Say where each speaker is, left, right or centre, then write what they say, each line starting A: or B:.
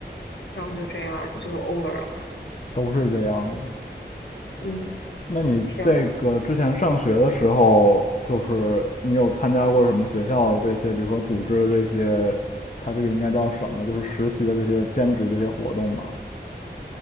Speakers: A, on the left; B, on the left.
A: 然后就这样就 over 了。
B: 都是这样的。
A: 嗯，
B: 那你这个之前上学的时候，
A: 行。
B: 就是你有参加过什么学校这些，比如说组织这些，它这个应该叫什么就是实习的这些兼职这些活动吗？